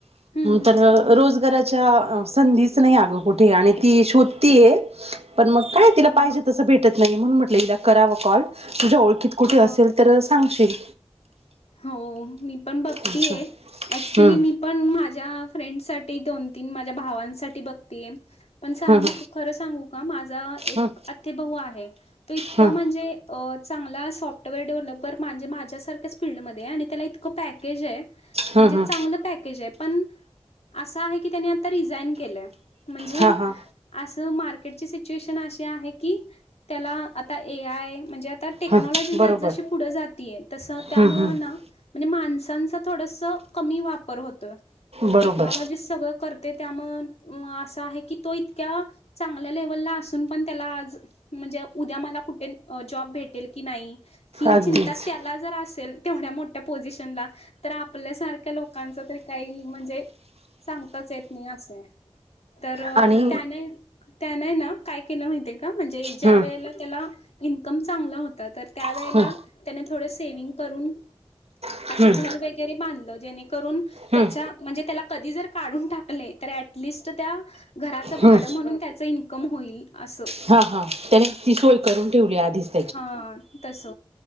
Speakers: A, on the left; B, on the right.
A: हम्म हम्म
B: तर रोजगारा चा संधीचं नाही आगं, कुठे. आणि ती शोधतीय. पण मग काय,
A: हा
B: तिला
A: ना
B: पाहिजे तसं भेटत नाही. म्हणून म्हटलं तिला करावं कॉल. तुझ्या ओळखीत कुठे
A: हा
B: असेल, तर सांगशील.
A: हो, मी पण बघतीय.
B: असं
A: ऍक्च्युली,
B: हम्म
A: मी पण माझा. माझ्या फ्रेंड साठी. दोन-तीन माझ्या भावांसाठी बघतीय. पण सांगू
B: हम्म
A: क खरं सांगू का, माझा एक
B: हम्म
A: आतेभावू आहे, तो इतकं
B: हम्म
A: म्हणजे अ चांगला सॉफ्टवेअर डेव्हल्पर माजे, माजे माझ्यासारख्याच फील्डमध्ये, आणि त्याला इतकं पॅकेजय.
B: हम्म
A: म्हणजे
B: हम्म हम्म
A: चांगलं पॅकेजय पण, असं आहे की, त्यानी आता रिझाईन केलंय. म्हणजे,
B: हा हा
A: अस मार्के सीच्युएशन असे आहे की, त्याला आता ए आय म्हणजे तर टेक्नॉलॉजी
B: हा
A: जसं
B: बरोबर
A: जशी पुढे जातेय. तस त्यामुळं
B: हम्म हम्म
A: ना म्हणजे माणसाना आता ता थोडंसं कमी वापर होतयं.
B: बरोबर
A: टेकनॉलॉजीच सगळं करत ते. त्यामुळे अस आहे की, तो इतक्या चांगल्या लेवलला असून पनं त्याला आज ज उद्या मला कुठे जॉब भेटेल की नाही? ही
B: अगदीच
A: चिंता त्याला जर तेवढ्या मोठ्या पोझिशनला. तर आपल्या सारख्या लोकांच तर काही म्हणजे सांगताच येत नाही असयं. तर
B: आणि
A: त्याने त्यानेय ना. काय केलं माहिती का? म्हणजे ज्या
B: हम्म
A: वेळेला त्याला इन्कम चांगला होता. तर त्यावेळेला
B: हम्म
A: त्याने थोडं सेविंग करून
B: हम्म
A: असं घर वगैरे बांधलं. जेणेकरून
B: हम्म
A: त्याच्या म्हणजे त्याला कधी जर काढून टाकले. तर ॲटलिस्ट त्या, घराच भाड
B: हम्म
A: म्हणून त्याच इन्कम होईल. असं
B: हा, हा. त्याने ती सोय करून ठेवली आधीच.
A: हा, तस.